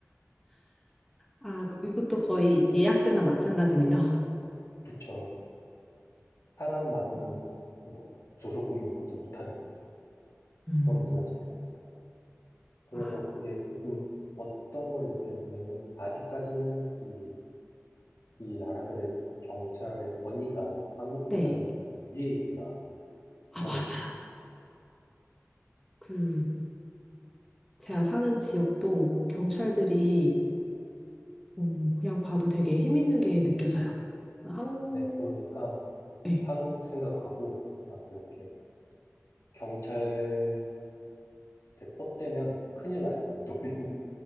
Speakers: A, in the centre; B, on the left (about 70°).
A: 아, 이것도 거의 예약제나 마찬가지네요.
B: 그쵸. 사람 많으면
A: 음.
B: 뭐 조서 꾸미는 것도 못하는 거죠.
A: 음.
B: 그런 문화 차이가 있더라고요. 그래서
A: 아,
B: 그게 조금 어떤 걸 느꼈냐면 아직까지는 이 이 나라들의 경찰의 권위가 한국보다는
A: 네.
B: 좀 위에 있구나.
A: 아,
B: 그런
A: 맞아요.
B: 걸 느꼈어요.
A: 그, 제가 사는 지역도 경찰들이 음, 그냥 봐도 되게 힘 있는 게 느껴져요. 한, 국
B: 네, 그러니까
A: 네.
B: 한국 생각하고 막 이렇게 경찰들한테 뻗대면 큰일 나요. 이 동네는.